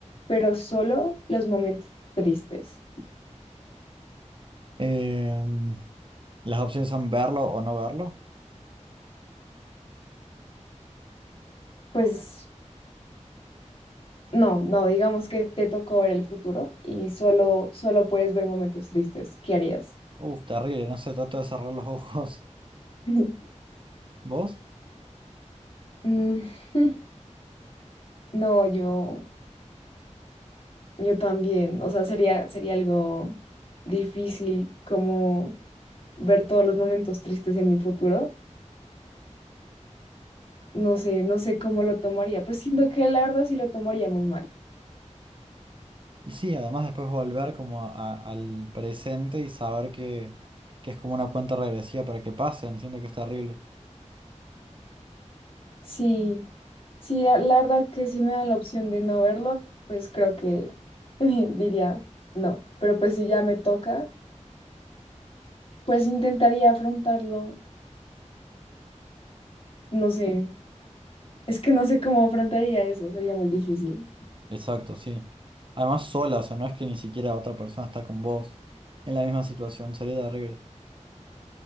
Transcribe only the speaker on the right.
Em, las opciones son verlo o no verlo.
Uf, terrible, no sé, trato de cerrar los ojos.
<laughs> ¿Vos?
Y sí, además después volver como a- a- al presente y saber que, que es como una cuenta regresiva para que pasen, siento que es terrible.
Exacto, sí. Además sola, o sea, no es que ni siquiera otra persona está con vos en la misma situación, sería terrible.